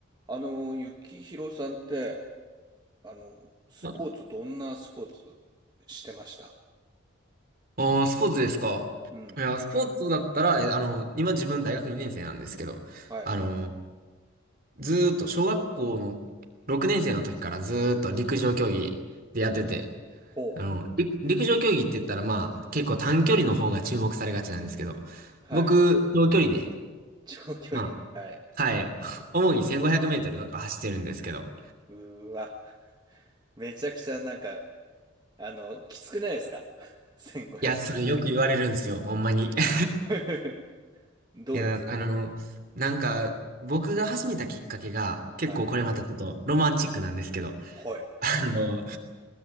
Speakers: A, on the right (about 20°); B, on the right (about 45°).
A: あの、幸宏さんって、あの、スポーツ、
B: あ、
A: どんなスポーツしてました
B: あースポーツですか。
A: うん。
B: いや、スポーツだったら、え、あの、今自分大学2年生なんですけど、
A: はい。
B: あの、ずーっと小学校の6年生の時からずーっと陸上競技でやってて、
A: ほう。
B: あの、り陸上競技って言ったらまあ結構短距離の方が注目されがちなんですけど、
A: はい。
B: 僕、長距離で、
A: <laughs> 長距離。
B: まあ、
A: はい。
B: はい、<laughs> 主に1500メートルとか走ってるんですけど、
A: うーわ。めちゃくちゃなんか、あの、きつくないですか ?1500
B: いや、それよく言われるんですよ、ほんまに。
A: <laughs>。うん。
B: <laughs>
A: <laughs> どうですか
B: いや、あの、なんか、僕が始めたきっかけが、結構これまたちょっとロマンチックなんですけど、
A: はい。はい。
B: <laughs> あの、